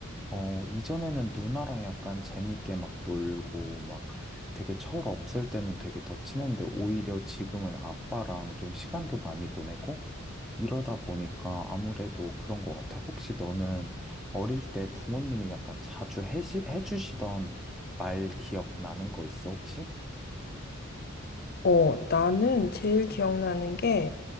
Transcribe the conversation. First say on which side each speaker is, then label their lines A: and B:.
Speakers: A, in the centre; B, on the left.
A: 어, 이전에는 누나랑 약간 재밌게 막 놀고, 막 되게 철 없을 때는 되게 더 친했는데, 오히려 지금은 아빠랑 좀 시간도 많이 보내고, 이러다 보니까 아무래도 그런 것 같아. 혹시 너는 어릴 때 부모님이 약간 자주 해시, 해주시던 말 기억 나는 거 있어, 혹시?
B: 어, 나는 제일 기억나는 게,